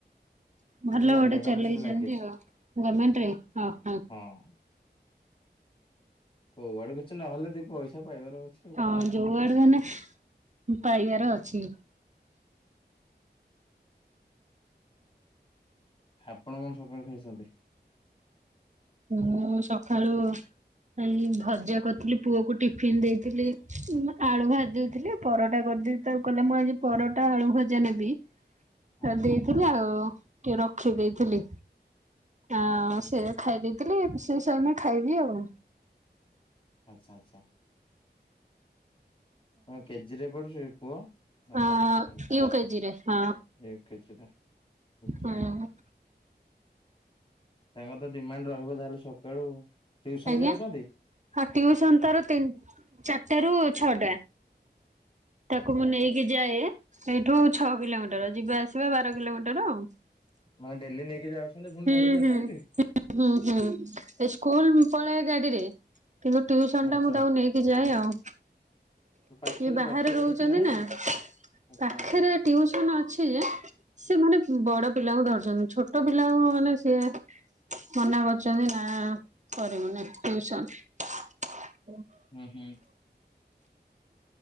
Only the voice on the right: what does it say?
ଭଲ
ଗୋଟେ ଚଲେଇଛନ୍ତି
ଗର୍ମେଣ୍ଟରେ ଓହୋ।
ହଁ
ଯୋଉ ଆଡେ ହେନେ ପାଇବାର ଅଛି।
ମୁଁ ସକାଳୁ ଏାଇ ଭଜା କରିଥିଲି ପୁଅକୁ ଟିଫିିନ ଦେଇଥିଲି ଆଳୁ ଭାଜି ଦେଇଥିଲି। ପରଟା କରିଦେବି ତାକୁ କଲେ ମୁଁ ଆଜି ପରଟା ଆଳୁ ଭଜା ନେବି।
ଦେଇଥିଲି ଆଉ ଟିକେ ରଖି ଦେଇଥିଲି ଆଉ
ସେ। ଖାଇ ଦେଇଥିଲି <unintelligible> ଖାଇବି ଆଉ।
ହ
ୟୁ କେଜିରେ ହଁ।
ହଁ
ଆଜ୍ଞା
ହଁ ଟିଉସନ ତାର ତିନି ଚାରିଟା ରୁ ଛଅଟା ତାକୁ
ମୁଁ
ନେଇକି ଯାଏ ସେଇଠୁ ଛଅ କିଲୋମିଟର ଯିବା ଆସିବା ବାର କିଲୋମିଟର ଆଉ।
ହୁଁ
ହୁଁ
ହୁଁ ହୁଁ ସ୍କୁଲ ପଳେଏ ଗାଡିରେ। କିନ୍ତୁ ଟ୍ୟଉସନ
ଟା ମୁଁ ତାକୁ ନେଇକି ଯାଏ ଆଉ।
ଇଏ ବାହାରେ
ରହୁଛନ୍ତି
ନା
ପାଖରେ
ଟିଉସନ ଅଛି ଯେ ସେ ମାନେ ବଡ ପିଲାଙ୍କୁ ଧରିଛନ୍ତି ଛୋଟ ପିଲାଙ୍କୁ ମାନେ ସିଏ ମନା କରୁଛନ୍ତି ନା <unintelligible> ଟୁଉସନ।